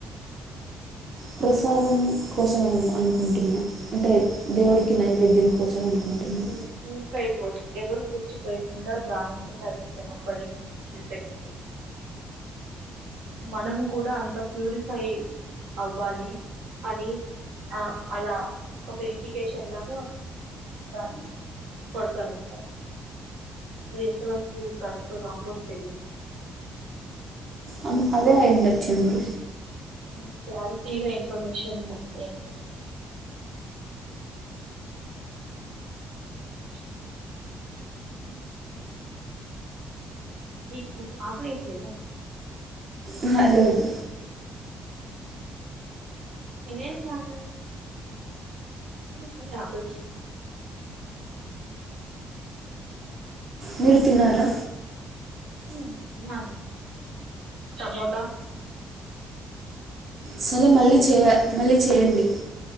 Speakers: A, on the right (about 45°); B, on the right (about 80°).
A: ప్రసాదం కోసం అనుకుంటున్నా అంటే దేవుడికి నైవేద్యం కోసం అనుకుంటున్నా
B: ప్యూరిఫైడ్ వాటర్ ఎవరు తెచ్చిపోయకుండా దానంతట అది శ్రమపడి వచ్చి పెట్టుకొని మనము కూడా అంత ప్యూరిఫై అవ్వాలి అని ఆ అలా ఒక ఇంటి కేషన్ దాకా దాన్ని కొడతారాంట అది ఎంతవరకు కరెక్టో రాంగో తెలిదు
A: అ అదే అయిండచ్చేమోలే
B: ఇంకా క్లారిటీగా ఇన్ఫర్మేషన్ అ <unintelligible> ఉహు మీకు ఆకలే ఏట్లేదా
A: ఆహ లేదు
B: ఇవే సా నన్న నాకు ఫుల్గా ఆకలి అచ్చింది
A: మీరు తిన్నారా?
B: ఉమ్మ్ తిన్నాను టమోటా
A: సరే మళ్ళీ
B: చెప్పి
A: చేయ మళ్ళీ చేయండి.